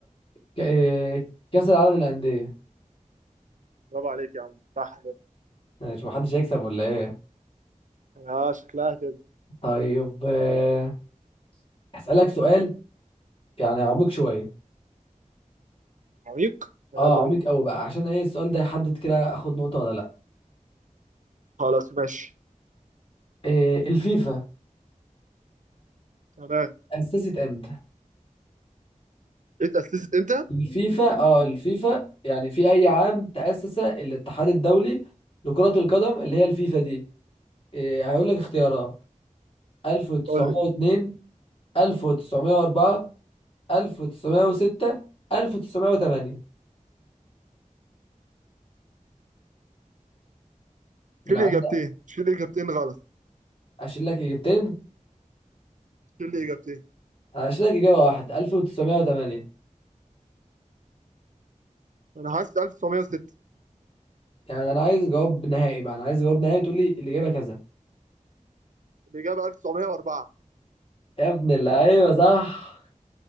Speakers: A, on the left; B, on the right.
A: ك- آه، كأس العالم للأندية
B: برافو عليك يا عم صح كده
A: ماشي محدش هيكسب ولا إيه
B: اه شكلها كده
A: طيب آه، هسألك سؤال يعني عميق شوية
B: عميق يلا
A: اه عميق
B: بينا
A: أوي بقى عشان إيه السؤال ده يحدد كده آخد نقطة ولا لأ
B: خلاص ماشي
A: إيه الفيفا
B: تمام
A: أسست إمتى؟
B: اتأسست امتى؟
A: الفيفا اه الفيفا يعني في أي عام تأسس الاتحاد الدولي لكرة القدم اللي هي الفيفا دي إيه هقول لك اختيارات 1902
B: قول لي
A: 1904 1906 1908 من
B: شيل
A: عندك
B: اجابتين شيل اجابتين غلط
A: اشيل لك اجابتين
B: شيل اجابتين
A: هشيل لك اجابه واحده 1908
B: انا حاسس 1906
A: يعني انا عايز جواب نهائي بقى انا عايز جواب نهائي تقول لي الاجابه كذا
B: الاجابه 1904
A: يا ابن اللعيبه صح